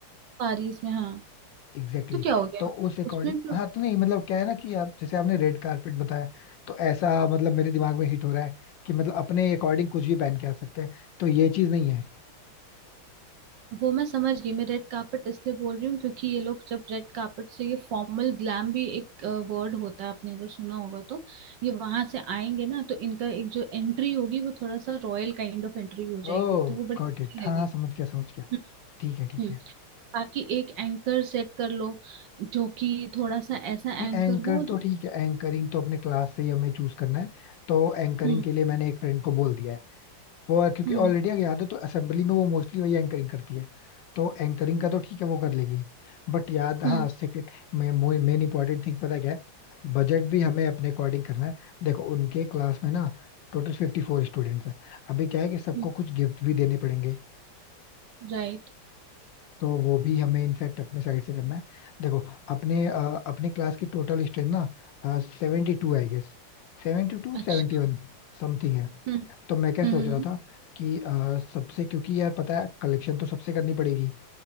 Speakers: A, on the right; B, on the left.
A: पेरिस में हाँ
B: Exactly
A: तो क्या
B: exactly.
A: हो गया
B: तो उस अकॉर्डिंग
A: उसमें भी हो
B: हाँ
A: सकता
B: तो नहीं मतलब क्या है ना कि आप जैसे आपने रेड कारपेट बताया तो ऐसा मतलब मेरे दिमाग में हिट हो रहा है कि मतलब अपने अकॉर्डिंग कुछ भी पहन के आ सकते हैं तो ये चीज नहीं है
A: वो मैं समझ गई मैं रेड कार्पेट इसलिए बोल रही हूँ क्योंकि ये लोग जब रेड कार्पेट से ये फॉर्मल ग्लैम भी एक वर्ड होता है आपने अगर सुना होगा तो ये वहां से आएंगे ना तो इनका एक जो एंट्री होगी वो थोड़ा सा रॉयल काइंड ऑफ एंट्री हो जाएगी
B: Oh
A: तो वो बड़ी
B: got
A: अच्छी
B: it हाँ
A: लगेगी
B: हाँ, समझ गया समझ गया
A: हम्म
B: ठीक है ठीक
A: हम्म।
B: है
A: बाकी एक एंकर सेट कर लो जो कि थोड़ा सा ऐसा
B: एंकर
A: एंकर हो
B: तो
A: जो
B: ठीक है एंकरिंग तो अपने क्लास से ही हमें चूज करना है तो एंकरिंग
A: हम्म
B: के लिए मैंने एक फ्रेंड को बोल दिया है वो क्योंकि
A: हम्म
B: ऑलरेडी अगर याद हो तो असेंबली में वो मोस्टली वही एंकरिंग करती है तो एंकरिंग का तो ठीक है वो कर लेगी बट याद हाँ
A: हम्म
B: सेकेंड मेन इंपॉर्टेंट थिंग पता है क्या है बजट भी हमें अपने अकॉर्डिंग करना है देखो उनके क्लास में ना टोटल फिफ्टी फोर स्टूडेंट्स हैं अभी क्या है कि सबको
A: हम्म
B: कुछ गिफ्ट भी देने पड़ेंगे
A: राइट
B: तो वो भी हमें इनफैक्ट अपने साइड से करना है देखो अपने अ, अपनी क्लास की टोटल स्ट्रेंथ ना seventy two I guess Seventy two
A: अच्छा
B: seventy one something है
A: हम्म
B: तो मैं क्या
A: हम्म
B: सोच रहा था कि अ, सबसे क्योंकि यार पता है कलेक्शन तो सबसे करनी पड़ेगी